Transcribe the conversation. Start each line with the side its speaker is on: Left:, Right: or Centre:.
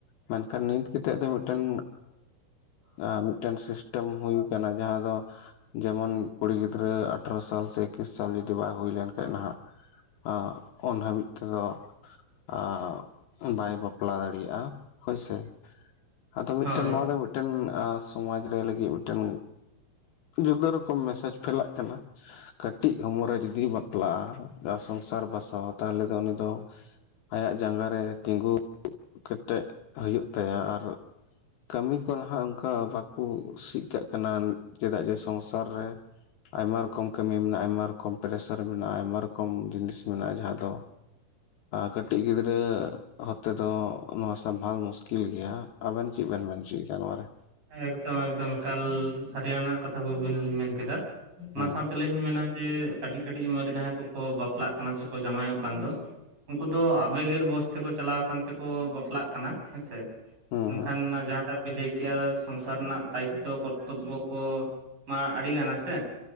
Left: ᱢᱮᱱᱠᱷᱟᱱ ᱱᱤᱛ ᱠᱟᱛᱮᱜ ᱫᱚ ᱢᱤᱫᱴᱮᱱ ᱟᱨ ᱢᱤᱫᱴᱮᱱ ᱥᱤᱥᱴᱮᱢ ᱦᱩᱭ ᱟᱠᱟᱱᱟ, ᱡᱟᱦᱟᱸ ᱫᱚ ᱡᱮᱢᱚᱱ ᱠᱩᱲᱤ ᱜᱤᱫᱽᱨᱟᱹ ᱟᱴᱷᱨᱚ ᱥᱟᱞ ᱥᱮ ᱮᱠᱠᱤᱥ ᱥᱟᱞ ᱡᱩᱫᱤ ᱵᱟᱭ ᱦᱩᱭ ᱞᱮᱱᱠᱷᱟᱡ ᱱᱟᱦᱟᱜ ᱟᱻ ᱩᱱ ᱦᱟᱹᱵᱤᱡ ᱛᱮᱫᱚ ᱟᱻ ᱵᱟᱭ ᱵᱟᱯᱞᱟ ᱫᱟᱲᱤᱭᱟᱜ-ᱟ᱾ ᱦᱳᱭᱥᱮ, ᱟᱫᱚ ᱢᱤᱫᱴᱮᱱ
Right: ᱦᱳᱭ
Left: ᱱᱚᱣᱟ ᱫᱚ ᱢᱤᱫᱴᱮᱱ ᱥᱚᱢᱟᱡ ᱨᱮ ᱞᱟᱹᱜᱤᱫ ᱢᱤᱫᱴᱮᱱ ᱡᱩᱫᱟᱹ ᱨᱚᱠᱚᱢ ᱢᱮᱥᱮᱡᱽ ᱯᱷᱮᱞᱟᱜ ᱠᱟᱱᱟ ᱠᱟᱹᱴᱤᱡ ᱩᱢᱟᱹᱨ ᱨᱮ ᱡᱩᱫᱤ ᱵᱟᱯᱞᱟᱜ-ᱟ᱾ ᱥᱚᱝᱥᱟᱨ ᱵᱟᱥᱟᱣᱟ, ᱛᱟᱦᱚᱞᱮ ᱫᱚ ᱩᱱᱤ ᱫᱚ ᱟᱭᱟᱜ ᱡᱟᱸᱜᱟ ᱨᱮ ᱛᱤᱸᱜᱩ ᱠᱟᱹᱴ ᱴᱮᱫ ᱦᱩᱭᱩᱜ ᱛᱟᱭᱟ ᱟᱨ ᱠᱟᱹᱢᱤ ᱠᱚ ᱱᱟᱦᱟᱜ ᱚᱝᱠᱟ ᱚᱱᱠᱟ ᱵᱟᱠᱩ ᱪᱤᱜ ᱠᱟᱜ ᱠᱟᱱᱟ᱾ ᱪᱮᱫᱟᱜ ᱡᱮ ᱥᱚᱝᱥᱟᱨ ᱨᱮ ᱟᱭᱢᱟ ᱨᱚᱠᱚᱢ ᱠᱟᱹᱢᱤ ᱢᱮᱱᱟᱜᱼᱟ ᱟᱭᱢᱟ ᱨᱚᱠ ᱠᱚᱢ ᱯᱮᱨᱮᱥᱟᱨᱮ ᱢᱮᱱᱟᱜᱼᱟ, ᱟᱭᱢᱟ ᱨᱚᱠᱚᱢ ᱡᱤᱱᱤᱥ ᱢᱮᱱᱟᱜᱼᱟ, ᱡᱟᱦᱟᱸ ᱫᱚ ᱠᱟᱹᱴᱤᱡ ᱜᱤᱫᱽᱨᱟᱹ ᱦᱟᱛᱮ ᱫᱚ ᱱᱚᱣᱟ ᱥᱟᱢᱵᱷᱟᱞ ᱢᱩᱥᱠᱤᱞ ᱜᱮᱭᱟ, ᱟᱵᱮᱱ ᱪᱤᱜ ᱵᱮᱱ ᱢᱮᱱ ᱦᱚᱪᱚᱭᱮᱫᱟ ᱱᱚᱣᱟ ᱨᱮ?
Right: ᱮᱠᱫᱚᱢ ᱮᱠᱫᱚᱢ ᱮᱠᱟᱞ ᱥᱟᱹᱨᱤᱭᱟᱱᱟᱜ ᱠᱟᱛᱷᱟ ᱠᱚᱵᱤᱱ ᱢᱮᱱ ᱠᱮᱫᱟ, ᱚᱱᱟ
Left: ᱦᱩᱸ
Right: ᱥᱟᱶᱛᱮ ᱞᱤᱧ ᱤᱧ ᱢᱮᱱᱟ ᱡᱮ ᱠᱟᱹᱴᱤᱡ ᱠᱟᱹᱴᱤᱡ ᱩᱢᱮᱨ ᱨᱮ ᱡᱟᱦᱟᱸᱭ ᱠᱚᱠᱚ ᱵᱟᱯᱞᱟᱜ ᱠᱟᱱᱟ ᱥᱮᱠᱚ ᱡᱟᱶᱟᱭᱚᱜ ᱠᱟᱱ ᱫᱚ ᱩᱱᱠᱩ ᱫᱚ ᱟᱵᱮᱜᱮᱨ ᱵᱚᱥ ᱛᱮᱠᱚ ᱪᱟᱞᱟᱣ ᱠᱟᱱ ᱛᱮᱠᱚ ᱵᱟᱯᱞᱟᱜ ᱠᱟᱱᱟ, ᱦᱮᱸᱥᱮ?
Left: ᱦᱩᱸ
Right: ᱢᱮᱱ
Left: ᱦᱩᱸ
Right: ᱠᱷᱟᱱ ᱡᱟᱦᱟᱸᱴᱟᱜ ᱵᱤᱱ ᱞᱟᱹᱭ ᱠᱮᱜᱼᱟ ᱥᱚᱝᱥᱟᱨ ᱨᱮᱱᱟᱜ ᱫᱟᱭᱤᱛᱛᱚ ᱠᱚᱨᱛᱚᱵᱽᱵᱚ ᱠᱚ ᱢᱟ ᱟᱹᱰᱤᱜᱟᱱᱟ ᱥᱮ